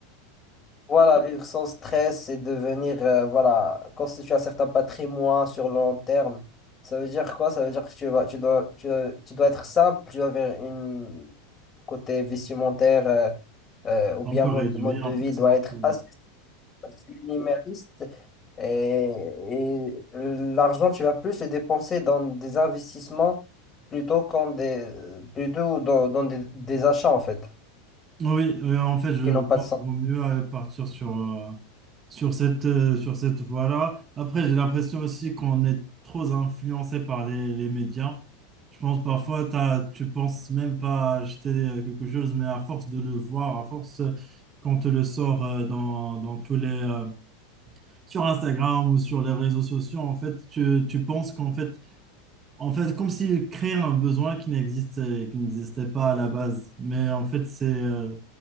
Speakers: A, on the left (about 25°); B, on the right (about 30°).
A: Voilà, vivre sans stress et devenir, euh, voilà, constituer un certain patrimoine sur le long terme. Ça veut dire quoi? Ça veut dire que tu vas, tu dois, tu dois, tu dois être simple, tu dois avoir une côté vestimentaire euh, euh, ou bien
B: Un peu
A: mode,
B: réduit,
A: mode de
B: un
A: vie
B: peu simple.
A: doit être
B: ouais.
A: assez, assez minimaliste. Et, et l'argent, tu vas plus le dépenser dans des investissements plutôt qu'en des, plutôt dans, dans des, des achats en fait,
B: Ah Oui, euh, en fait, je
A: qui n'ont pas
B: pense
A: de sens.
B: qu'il vaut mieux euh, partir sur, euh, sur cette, euh, sur cette voie-là. Après, j'ai l'impression aussi qu'on est trop influencé par les, les médias. Je pense parfois, t'as, tu penses même pas à acheter euh, quelque chose, mais à force de le voir, à force euh, qu'on te le sort euh, dans, dans tous les, euh, sur Instagram ou sur les réseaux sociaux, en fait, tu, tu penses qu'en fait, en fait, comme s'il créait un besoin qui n'existait, qui n'existait pas à la base. Mais en fait, c'est, euh,